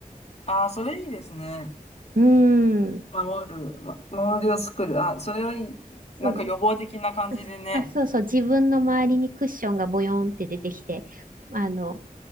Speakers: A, on the left; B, on the right.
A: ああ、それいいですね。
B: うーん、
A: 守る、ま、守りを作る。あ、それはいい。
B: そう、
A: なんか予防的な感じでね。
B: <laughs> あ、そうそう、自分の周りにクッションがボヨンって出てきて、あの、